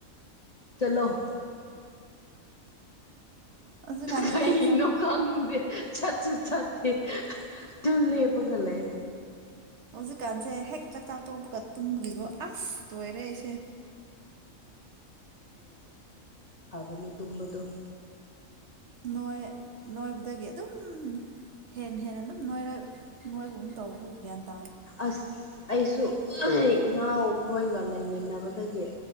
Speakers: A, on the left; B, on the right.
A: ꯆꯂꯣ <inaudible>
B: ꯍꯧꯖꯤꯛꯀꯥꯟꯁꯦ
A: ꯀꯩꯅꯣ
B: ꯑꯩ ꯆꯥꯛ
A: ꯈꯥꯡꯦ ꯆꯥꯆꯨ ꯆꯇꯤ ꯇꯨ ꯂꯕꯒ ꯂꯩꯦ
B: ꯍꯧꯖꯤꯛꯀꯥꯟꯁꯦ ꯍꯦꯛ ꯆꯥꯛꯇꯥꯛ ꯇꯣꯛꯄꯒ ꯇꯨꯝꯕꯒꯤꯀꯣ ꯑꯁ ꯇꯣꯏꯔꯦ ꯑꯩꯁꯦ
A: ꯐꯅꯤ ꯇꯝꯕꯗꯣ
B: ꯅꯣꯏ ꯅꯣꯏ ꯖꯥꯒꯤ ꯑꯗꯨ ꯑꯗꯨꯝ ꯍꯦꯟꯅ ꯍꯦꯟꯅ ꯑꯗꯨꯝ ꯅꯣꯏꯔ ꯅꯣꯏꯒꯨꯝ ꯇꯧꯣꯏ ꯒ꯭ꯌꯥꯟ ꯇ
A: ꯑꯁ ꯑꯩꯁꯨ ꯏꯅꯥꯎꯈꯣꯏꯒ ꯂꯩꯃꯤꯟꯅꯕꯗꯒꯤ